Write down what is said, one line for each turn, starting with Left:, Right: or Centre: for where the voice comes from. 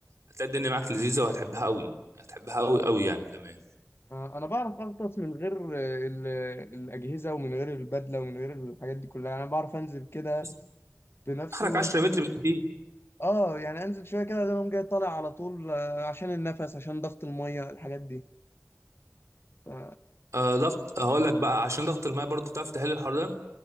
Right: هتلاقي الدنيا معاك لذيذة وهتحبها قوي هتحبها قوي قوي يعني كمان
Left: آه، انا بعرف اغطس من غير آه، ال- الاجهزه ومن غير البدله ومن غير الحاجات دي كلها انا بعرف انزل كده
Right: بس
Left: بنفسي
Right: اخرك
Left: وان
Right: 10 متر بالكتير
Left: اه يعني انزل شويه كده اقوم جاي طالع على طول آه، عشان النفس عشان ضغط الميه الحاجات دي
Right: آه ضغط هقول لك بقى عشان ضغط الماء برضو تعرف تحل الحوار ده